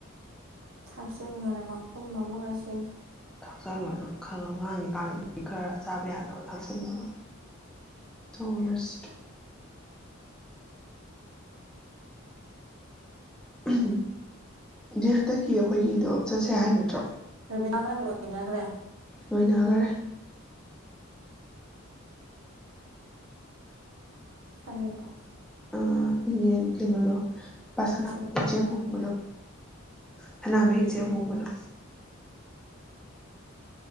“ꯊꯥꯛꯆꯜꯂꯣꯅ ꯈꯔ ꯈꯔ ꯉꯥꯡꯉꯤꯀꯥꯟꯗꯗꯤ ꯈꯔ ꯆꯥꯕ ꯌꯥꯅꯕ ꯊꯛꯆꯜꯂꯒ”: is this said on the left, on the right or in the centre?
Centre